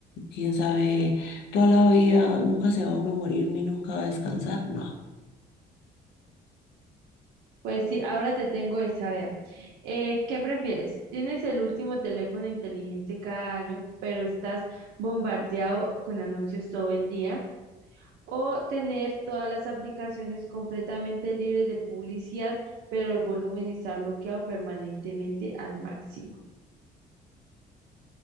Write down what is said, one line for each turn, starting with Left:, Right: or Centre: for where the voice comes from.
Left: quién sabe, toda la vida, nunca se va uno a morir ni nunca va a descansar. No.
Right: Pues sí, ahora te tengo esa, vea. Eh, ¿qué prefieres? Tienes el último teléfono inteligente cada año, pero estás bombardeado con anuncios todo el día. O tener todas las aplicaciones completamente libres de publicidad, pero el volumen está bloqueado permanentemente al máximo.